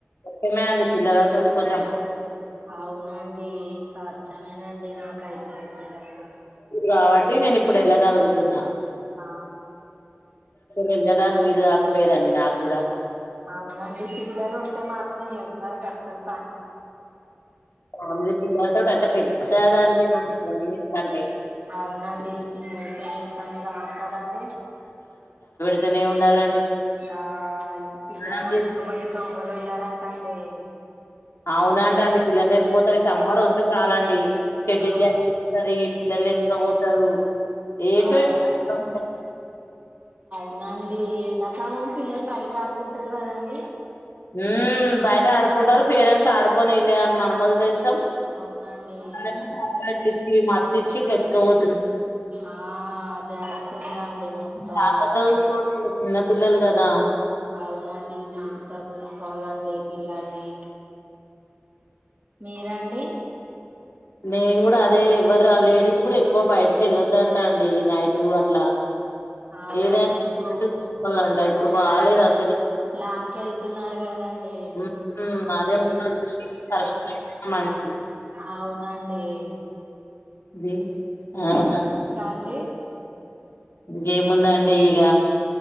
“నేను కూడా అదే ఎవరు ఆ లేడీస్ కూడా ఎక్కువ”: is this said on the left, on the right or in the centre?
Left